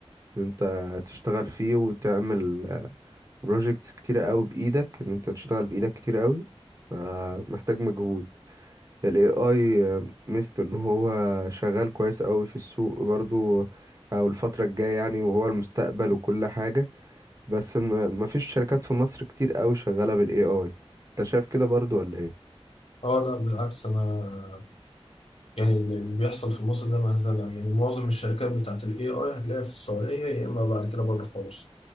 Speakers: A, on the right; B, on the left.
A: ان انت هتشتغل فيه وتعمل بروجيكتس كتيرة قوي بايدك ان انت تشتغل بايدك كتير قوي فمحتاج مجهود ال AI ميزته ان هو شغال كويس قوي في السوق برضو او الفترة الجاية يعني وهو المستقبل وكل حاجة بس م- مفيش شركات في مصر كتير قوي شغالة بال AI انت شايف كده برضو ولا ايه
B: اه لا بالعكس انا يعني اللي بيحصل في مصر ده مهزلة يعني معظم الشركات بتاعت ال AI هتلاقيها في السعودية يا إما بعد كده بره خالص